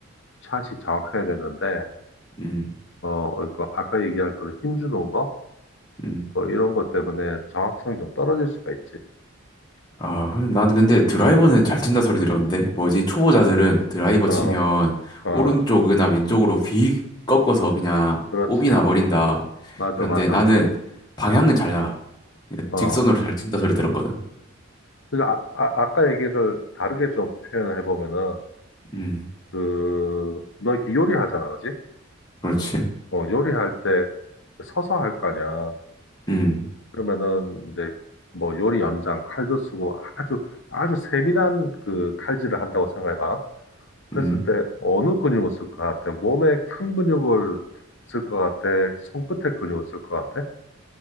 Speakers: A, on the left; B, on the left.
A: 샷이 정확해야 되는데,
B: 음,
A: 어, 그 아까 얘기한 그런 힘주는 거?
B: 음.
A: 뭐 이런 것 때문에 정확성이 좀 떨어질 수가 있지.
B: 아, 그래. 나는 근데 드라이버는
A: 어,
B: 잘 친다 소리 들었는데, 뭐지, 초보자들은 드라이버
A: 어,
B: 치면
A: 어,
B: 오른쪽이나 왼쪽으로 휙 꺾어서 그냥
A: 그렇지.
B: 오비 나버린다.
A: 맞아,
B: 그런데
A: 맞아.
B: 나는 방향은 잘 나가. 그러니까
A: 어.
B: 직선으로 잘 친다 소리 들었거든.
A: 그러니까 아, 아, 아까 얘기를 다르게 좀 표현을 해보면은,
B: 음,
A: 그, 너 이렇게 요리하잖아, 그지?
B: 그렇지.
A: 어, 요리할 때 서서 할 거 아니야.
B: 음,
A: 그러면은 이제 뭐 요리 연장 칼도 쓰고 아주 아주 세밀한 그 칼질을 한다고 생각해봐.
B: 음.
A: 했을 때 어느 근육을 쓸 것 같아? 몸에 큰 근육을 쓸 것 같아? 손끝에 근육을 쓸 것 같아?